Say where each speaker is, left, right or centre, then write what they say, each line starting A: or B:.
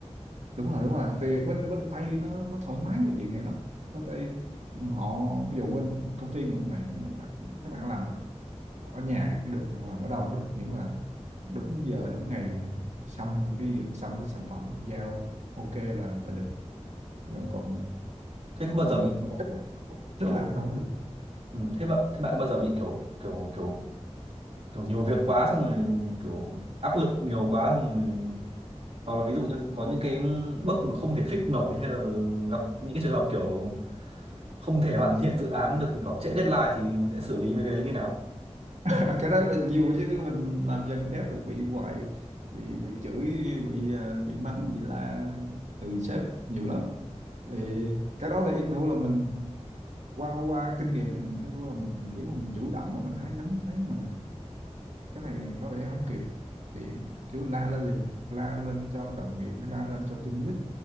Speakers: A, on the right (about 80°); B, on the right (about 60°).
A: đúng rồi đúng rồi thì bên bên Tây nó nó thoải mái với chuyện này lắm bên Tây họ ví dụ bên công ty mình vậy bạn, các bạn làm ở nhà cũng được hoặc làm ở đâu cũng được miễn là đúng giờ đúng ngày xong cái việc xong cái sản phẩm giao ok là là được Rồi còn
B: Thế có bao
A: còn
B: giờ bị
A: mình mình
B: kiểu,
A: thích thích
B: kiểu
A: làm nó không được
B: ừ, thế bạn thế bạn có bao giờ bị kiểu kiểu kiểu kiểu nhiều việc quá xong rồi kiểu áp lực nhiều quá xong rồi hoặc là ví dụ như có những cái bug mà không thể fix nổi hay là gặp những cái trường hợp kiểu không thể hoàn thiện dự án được vì kiểu trễ deadline thì sẽ xử lý mấy cái đấy như nào?
A: <laughs> cái đấy là nhiều chứ mình làm dân đáp được bị hoài bị bị chửi bị à, bị mắng bị la từ sếp nhiều lắm thì cái đó thì ăn thua là mình qua qua kinh nghiệm thì mình ăn thua là mình kiểu mình chủ động á, mình thấy nhắm thấy mà cái này có vẻ không kịp thì kiểu la lên liền la lên cho đồng nghiệp la lên cho team lead